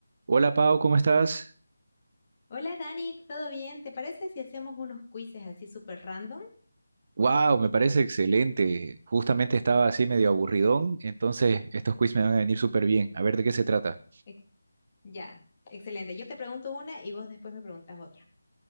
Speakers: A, on the right; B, on the left.
A: Hola Pau, ¿cómo estás?
B: Hola Dani, ¿todo bien? ¿Te parece si hacemos unos quizzes así súper random?
A: Wow, me parece excelente. Justamente estaba así medio aburridón, entonces estos quiz me van a venir súper bien. A ver de qué se trata.
B: Ex- ya, excelente. Yo te pregunto una y vos después me preguntas otra.